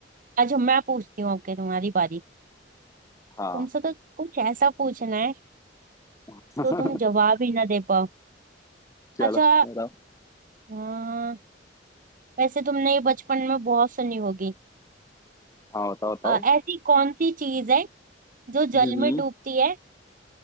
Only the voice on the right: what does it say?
आज हम- मैं पूछती हूँ आपके तुम्हारी बारी
तुमसे तो कुछ ऐसा पूछना है
तो तुम जवाब ही ना दे पाओ
अच्छा
अं, वैसे तुमने ये बचपन में बहुत सुनी होगी
अ, ऐसी कौन सी चीज है जो
जल में डूबती है